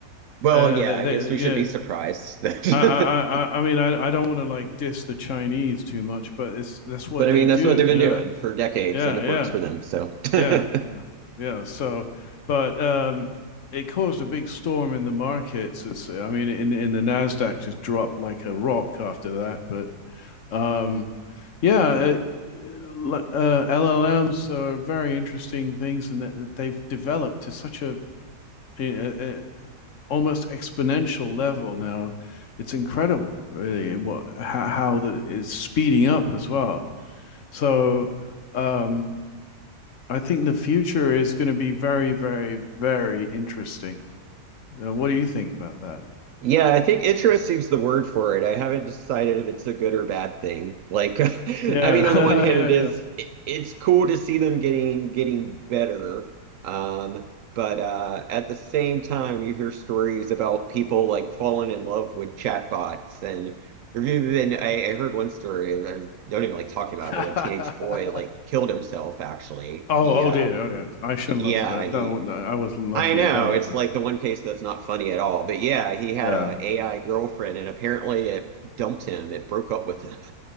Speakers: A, on the right (about 85°); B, on the left (about 50°).
A: Well,
B: uh,
A: yeah,
B: they
A: I
B: they
A: guess we
B: yeah.
A: should be surprised that,
B: I I I I mean I I don't want to like diss the Chinese too much, but it's that's
A: <laughs>
B: what
A: but I
B: they
A: mean
B: do,
A: that's what they've been
B: you
A: doing
B: know.
A: for decades,
B: Yeah,
A: and it
B: yeah,
A: works for them. So <laughs>
B: yeah, yeah, yeah. So, but um, it caused a big storm in in in the the markets. It's, I mean, in in the Nasdaq just dropped like a rock after that, but. Um, yeah, uh, uh, l- uh, LLMs are very interesting things, and that they've developed to such a, a, a almost exponential level now. It's incredible, really, what how, how the, it's speeding up as well. So, um, I think the future is going to be very, very, very interesting. Uh, what do you think about that?
A: Yeah, I think interesting's the word for it. I haven't decided if it's a good or bad thing. Like, <laughs>
B: Yeah,
A: I mean, on the one hand,
B: <laughs> yeah,
A: it is it, it's cool to see them getting getting better. Um, but uh, at the same time, you hear stories about people like falling in love with chatbots. And there's even I, I heard one story. I don't even like talking about it,
B: yeah.
A: but a teenage
B: <laughs>
A: boy like killed himself. Actually,
B: Oh,
A: he
B: oh
A: uh,
B: dear, oh dear. I shouldn't
A: yeah,
B: laugh at that.
A: he
B: No, no, I wasn't laughing
A: I know
B: at that.
A: it's like the one case that's not funny at all. But yeah, he had
B: Yeah.
A: a AI girlfriend, and apparently it dumped him. It broke up with him. <laughs>